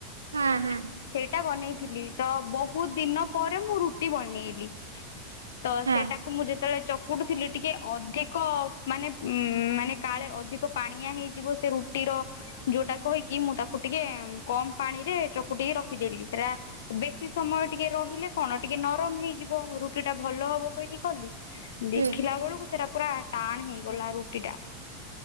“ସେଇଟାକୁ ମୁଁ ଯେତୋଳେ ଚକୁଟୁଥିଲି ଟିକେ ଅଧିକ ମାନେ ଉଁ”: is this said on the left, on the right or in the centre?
Left